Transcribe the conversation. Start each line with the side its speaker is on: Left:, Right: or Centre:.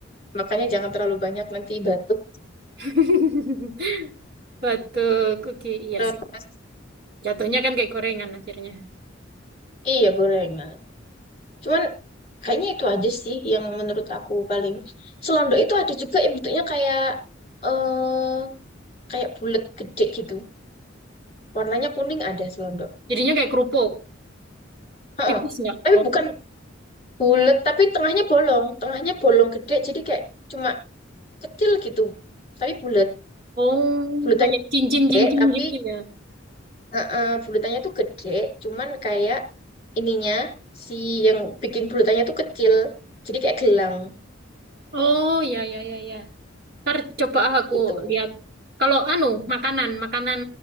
Left: makanya jangan terlalu banyak nanti batuk.
Right: <laughs> Batu kuki, iya
Left: Terus,
Right: sih. Jatuhnya kan kayak gorengan akhirnya.
Left: Iya gorengan. Cuman kayaknya itu aja sih yang menurut aku paling. Selondok itu ada juga yang bentuknya kayak eh kayak bulat gede gitu. Warnanya kuning ada selondok.
Right: Jadinya kayak kerupuk.
Left: Heeh.
Right: Tipis nggak?
Left: Tapi
Right: Oh,
Left: bukan bulat tapi tengahnya bolong. Tengahnya bolong gede jadi kayak cuma kecil gitu. Tapi bulat.
Right: oh,
Left: Bulatannya
Right: kayak cincin-cincin
Left: gede tapi
Right: gitu ya.
Left: heeh, bulatannya tuh gede cuman kayak ininya si yang bikin bulutannya tuh kecil. Jadi kayak gelang
Right: Oh, ya, ya, ya, ya. Ntar coba aku
Left: gitu.
Right: lihat. Kalau anu, makanan, makanan.